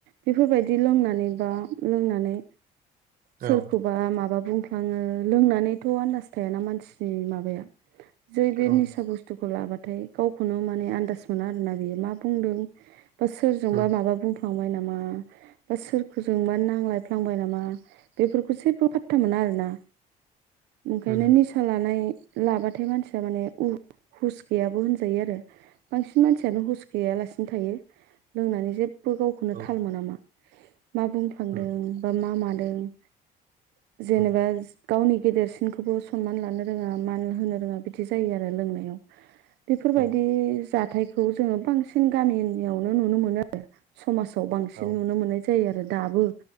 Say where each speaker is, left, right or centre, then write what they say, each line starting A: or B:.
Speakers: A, on the right; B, on the right.
A: बेफोरबायदि लोंनानै बा लोंनानै सोरखौबा
B: औ
A: माबा बुंफ्लाङो लोंनानैथ' आन्दास थायाना मानसिनि माबाया। जै बे
B: औ
A: निसा बुस्थु लाबाथाय गावखौनो माने आदास मोना आरोना बेयो मा बुंदों। बा सोरजोंबा
B: उम
A: माबा बुंफांबाय नामा। मा बा सोरजों मा नांलायफ्लांबाय नामा बेफोरखौ जेबो फाता मोना आरोना‌। ओंखायनो
B: उम
A: निसा लानाय लाबाथाय मानसिया माने उ हुस गैयाबो होनजायो आरो बांसिन मानसियानो हुस गैयालासिनो थायो लोंनानै जेब बो गावखौनो
B: औ
A: थाल
B: उम
A: मोनामा। मा बुंफ्लांदों
B: उम
A: बा मा मानो दों। जेनेबा
B: उम
A: गावनि गेदेरसिनखौबो सनमान लानो रोङा मान होनो रोङा बिदि जायो आरो लोंनायाव। बेफोरबायदि
B: उम
A: जा हाथायखौ जोङो बांसिन गामिनियावनो नुनो मोनो आरो। समाजाव बांसिन
B: औ
A: नुनो मोननाय जायो आरो दाबो।